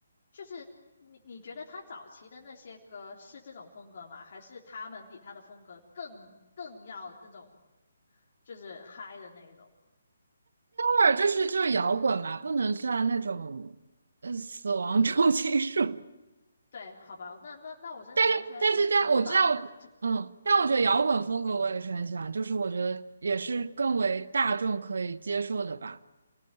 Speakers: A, on the left (about 55°); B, on the right (about 65°).
A: 就是你你觉得他早期的那些歌是这种风格吗？还是他们比他的风格更更要那种，就是嗨的那一种？
B: 或者就是就是摇滚嘛，不能算那种呃死亡重金属。
A: 对，好吧，那那那我真的完全我无法，
B: <laughs> 但是在我知道，
A: <laughs>
B: 嗯，但我觉得摇滚风格我也是很喜欢，就是我觉得也是更为大众可以接受的吧。